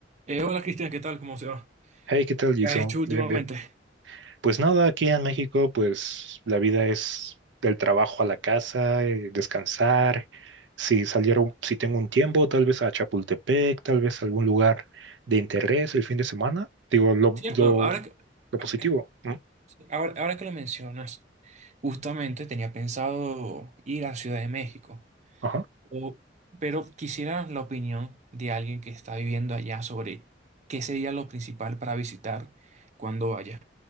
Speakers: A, on the right (about 40°); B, on the right (about 80°).
A: Eh, hola Cristian, ¿qué tal? ¿Cómo se va?
B: Hey, ¿qué tal, Jason?
A: ¿Qué has hecho últimamente?
B: Bien, bien. Pues nada, aquí en México, pues la vida es del trabajo a la casa, eh, descansar. Si saliera, un- si tengo un tiempo, tal vez a Chapultepec, tal vez a algún lugar de interés el fin de semana. Digo, lo,
A: Cierto,
B: lo,
A: ahora que,
B: lo
A: ah,
B: positivo. ¿no?
A: sí, ahora, ahora que lo mencionas, justamente tenía pensado ir a Ciudad de México,
B: Ajá.
A: o- pero quisiera la opinión de alguien que está viviendo allá sobre qué sería lo principal para visitar cuando vaya.